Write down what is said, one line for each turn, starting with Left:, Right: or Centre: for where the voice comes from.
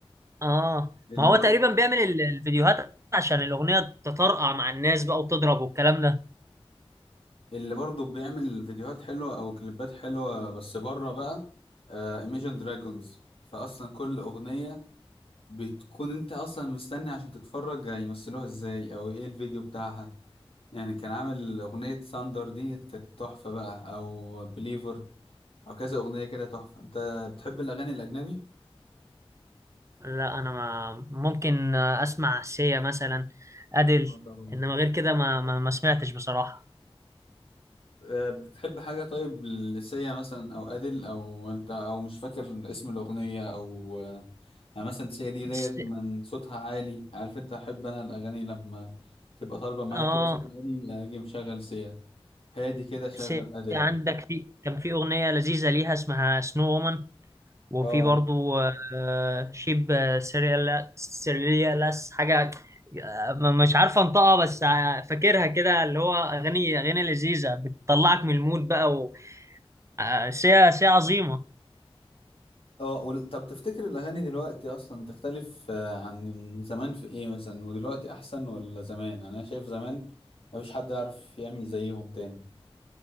Right: اه
Left: اللي
Right: ما هو
Left: برضه
Right: تقريبا بيعمل ال- الفيديوهات عشان الأغنية تطرقع مع الناس بقى وتضرب والكلام ده
Left: اللي برضه بيعمل فيديوهات حلوة او كليبات حلوة بس بره بقى ايميجن دراجونز فاصلا كل اغنية بتكون انت اصلا مستني عشان تتفرج هيمثلوها ازاي او ايه الفيديو بتاعها يعني كان عامل اغنية ساندر دي كانت تحفة بقى او بليفر او كذا اغنيه كده تحفه انت بتحب الاغاني الاجنبي
Right: لا أنا ما ممكن أسمع سيا مثلا أديل
Left: اه طبعا
Right: إنما غير كده ما ما, ما سمعتش بصراحة
Left: أه، بتحب حاجه طيب لسيا مثلا او ادل او انت او مش فاكر اسم الاغنيه او أه، يعني مثلا سيا دي ديت
Right: بس
Left: من صوتها عالي عارف انت احب انا الاغاني لما تبقى طالبه معايا
Right: اه
Left: كده صوت عالي اجي مشغل سيا هادي كده شغل
Right: سيا
Left: ادل
Right: عندك في كان في أغنية لذيذة ليها اسمها سنو وومن وفي
Left: اه
Right: برضو آه، شيب سيريال سيريالاس حاجة آه، مش عارفه انطقها بس آه، فاكرها كده اللي هو اغاني اغاني لذيذه بتطلعك من المود بقى آه، شيء شيء عظيمة
Left: اه وال- طب تفتكر الاغاني دلوقتي اصلا تختلف آه، عن زمان في ايه مثلا ودلوقتي احسن ولا زمان يعني انا شايف زمان مفيش حد يعرف يعمل زيهم تاني